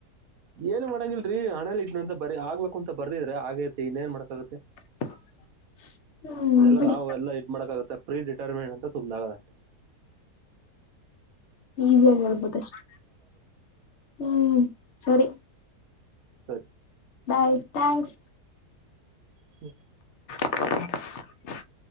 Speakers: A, on the right; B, on the left.
A: ಏನ್ ಮಾಡಂಗಿಲ್ರರಿ ಹಣೇಲಿ ಇದ್ ಅಂತ ಬರಿ ಆಗ್ಬೇಕುಂತ ಬರ್ದಿದ್ರೆ ಆಗೇತಿ ಇನ್ನೇಏನ್ ಮಾಡಕಗತ್ತೆ
B: <inaudible> ಹ್ಮ್
A: ಅದೆಲ್ಲಾ
B: ಬಿಡಿ
A: ನಾವು ಎಲ್ಲ ಇದ್ ಮಾಡಕಾಗುತ್ತೆ ಪ್ರೀ ರಿಟೈರ್ಮೆಂಟ್. ಸುಮ್ನಾಗೋದಷ್ಟೇ.
B: ಈಜಿಯಾಗಿ ಹೇಳ್ಬೋದಷ್ಟೇ ಹ್ಮ್ ಸರಿ.
A: ಸರಿ.
B: Bye thanks.
A: ಹ್ಮ್.
B: <unintelligible>